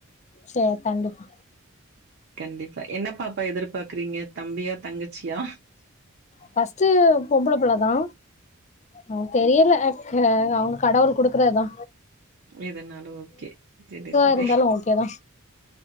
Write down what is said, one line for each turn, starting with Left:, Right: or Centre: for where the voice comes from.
Left: செரி கண்டிப்பா
Right: கண்டிப்பா. என்ன பாப்பா எதிர்பார்க்குறீங்க? தம்பியா? தங்கச்சியா?
Left: ஃபர்ஸ்டு பொம்பள புள்ள தா ஓ தெரியில அ ஆ அவ்ங்க கடவுள் குடுக்குறதா
Right: எதனாலும் ஓகே சரி சரி
Left: இருந்தாலு ஓகேதா